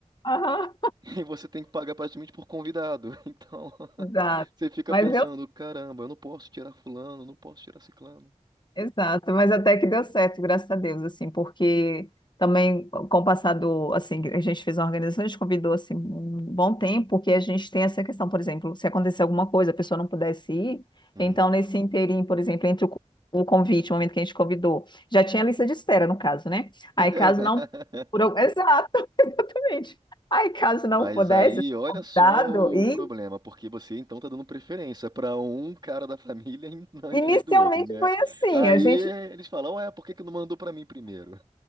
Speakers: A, on the left; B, on the right.
A: Aham,
B: <laughs> E você tem que pagar praticamente por convidado. <laughs> Então,
A: exato.
B: você fica
A: Mas
B: pensando,
A: eu
B: caramba, eu não posso tirar fulano, não posso tirar ciclano.
A: Exato, mas até que deu certo, graças a Deus, assim, porque também com o passar do, assim, a gente fez uma organização, a gente convidou, assim, um bom tempo, porque a gente tem essa questão, por exemplo, se acontecer alguma coisa, a pessoa não pudesse ir,
B: Hum.
A: então nesse inteirinho, por exemplo, entre o, co- o convite, o momento que a gente convidou, já tinha a lista de espera, no caso, né? Aí
B: <laughs>
A: caso não, por, al- exato, <laughs> exatamente, aí caso
B: Mas
A: não pudesse
B: aí,
A: ser
B: olha
A: convidado,
B: só o
A: e
B: problema, porque você então tá dando preferência pra um cara da família em- <laughs> ao invés
A: inicialmente
B: do outro, né?
A: foi assim,
B: Aí
A: a gente
B: eles falam, ué, por que que não mandou pra mim primeiro?